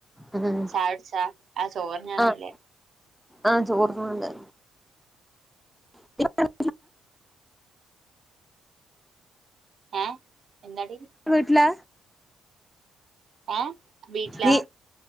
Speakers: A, in the centre; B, on the right.
A: ഉം
B: ചായുട്ച്ചാ ആ ചോറ് ന്നാനായില്ലേ?
A: ആഹ് ആഹ് ചോറ് തിന്ന്. <unintelligible>
B: ഏഹ് എന്താടി?
A: വീട്ട്ലാ?
B: ഏഹ് വീട്ട്ലാ.
A: നീ